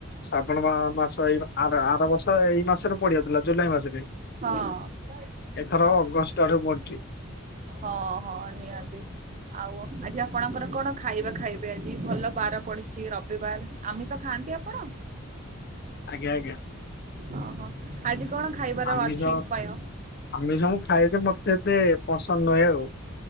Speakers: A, on the left; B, on the right.
A: ଶ୍ରାବଣ ମା ମାସ ଏଇ ଆର ଆର ବର୍ଷ ଏଇ ମାସରେ ପଡିଆ ଥିଲା ଜୁଲାଇ ମାସରେ।
B: ହଁ।
A: ଏଥର ଅଗଷ୍ଟ ଆଡୁ ପଡୁଛି
B: ହଁ ହଁ ନିହାତି। ଆଉ ଆଜି ଆପଣଙ୍କର କଣ ଖାଇବା ଖାଇବେ ଆଜି ଭଲ ବାର ପଡିଛି ରବିବାର? ଆମିଷ ଖାଆନ୍ତି ଆପଣ?
A: ଆଜ୍ଞା ଆଜ୍ଞା।
B: ଓହୋ ଆଜି କଣ ଖାଇବାର
A: ଆମିଷ
B: ଅଛି ଉପାୟ?
A: ଆମିଷ ମୁଁ ଖାଏ ଯେ ମତେ ଏତେ ପସନ୍ଦ ନୁହେଁ ଉ।